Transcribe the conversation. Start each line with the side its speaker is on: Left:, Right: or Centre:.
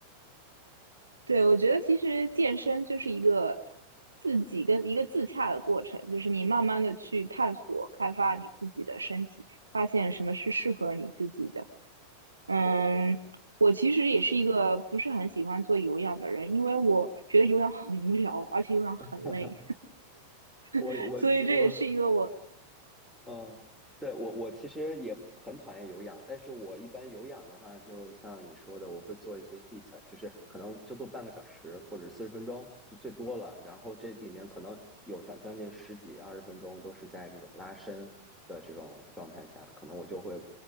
Right: 对，我觉得其实健身就是一个自己跟一个自洽的过程，就是你慢慢的去探索、开发你自己的身体，发现什么是适合你自己的。嗯，
Centre: 对的对的。
Right: 我其实也是一个不是很喜欢做有氧的人，因为我觉得有氧很无聊，而且有氧很累，
Centre: <laughs> 我我我
Right: <laughs> 所以这也是一个我
Centre: 嗯，对，我我其实也很讨厌有氧，但是我一般有氧的话，就像你说的，我会做一些 h e a t 就是可能就做半个小时或者四十分钟就最多了，然后这里面可能有到将近十几二十分钟都是在这种拉伸的这种状态下，可能我就会